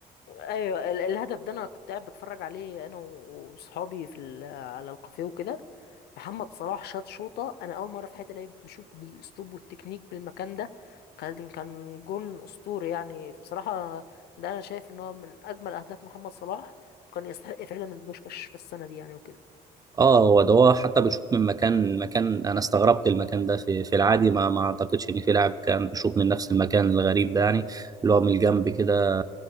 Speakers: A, on the left; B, on the right.
A: ايوه ال- الهدف ده انا كنت قاعد بتفرج عليه انا و- وصحابي في ال- على الكافيه وكده محمد صلاح شاط شوطة أنا أول مرة في حياتي لعيب بشوف بالأسلوب والتكنيك من المكان ده كان كان جون أسطوري يعني بصراحة ده أنا شايف إن هو من أجمل أهداف محمد صلاح وكان يستحق فعلا البوشكاش في السنة دي يعني وكده
B: اه هو ده هو حتى بيشوط من مكان مكان انا استغربت المكان ده في في العادي ما ما اعتقدش ان في لاعب كان بيشوط من نفس المكان الغريب ده يعني اللي هو من الجنب كده